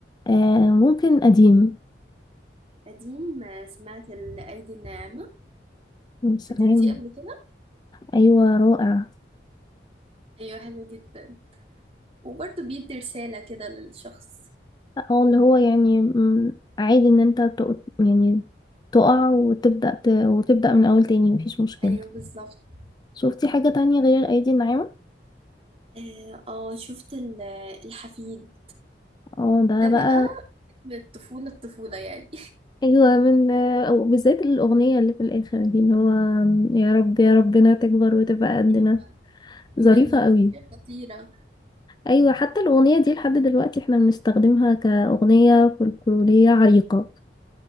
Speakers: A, on the left (about 25°); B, on the right (about 30°).
A: آه ممكن قديم
B: قديم آه، سمعت الايدي الناعمة
A: يا سلام
B: حضرتيه قبل كده
A: ايوه رائع
B: ايوه حلو جدا وبرضه بيدي رسالة كده للشخص
A: اه اللي هو يعني مم، عادي ان انت تق- يعني تقع وتبدأ ت... وتبدأ من اول تاني مفيش مشكلة
B: ايوه بالظبط
A: شفتي حاجة تانية غير ايدي الناعمة
B: اه آه، شفت ال- الحفيد
A: اه ده
B: ده بقى
A: بقى
B: من الطفولة الطفولة يعني
A: ايوه من أو بالذات الاغنيه اللي في الاخر دي اللي هو يا رب يا ربنا تكبر وتبقى
B: <laughs>
A: قدنا
B: ايوه يعني
A: ظريفه
B: دي
A: قوي
B: خطيرة
A: ايوه حتى الاغنيه دي لحد دلوقتي احنا بنستخدمها كاغنيه فولكلوريه عريقه